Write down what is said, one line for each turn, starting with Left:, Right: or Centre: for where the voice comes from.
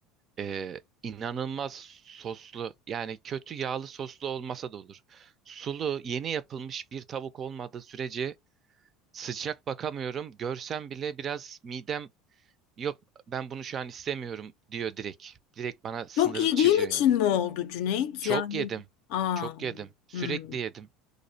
Right: e, inanılmaz soslu yani kötü yağlı soslu olmasa da olur. Sulu yeni yapılmış bir tavuk olmadığı sürece sıcak bakamıyorum. Görsem bile biraz midem Yok ben bunu şu an istemiyorum diyor direkt. Direkt bana sınırı
Left: Çok yediğin
Right: çiziyor
Left: için
Right: yani.
Left: mi oldu Cüneyt?
Right: Çok
Left: Yani
Right: yedim.
Left: aa,
Right: Çok yedim. Sürekli
Left: hmm.
Right: yedim.